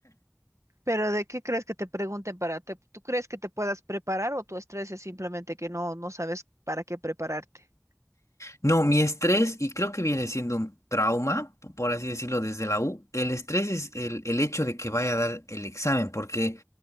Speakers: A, on the right (about 70°); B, on the left (about 80°).
A: Pero ¿de qué crees que te pregunten para te, tú crees que te puedas preparar o tu estrés es simplemente que no no sabes para qué prepararte?
B: No, mi estrés, y creo que viene siendo un trauma, p- por así decirlo, desde la U, el estrés es el, el hecho de que vaya a dar el examen, porque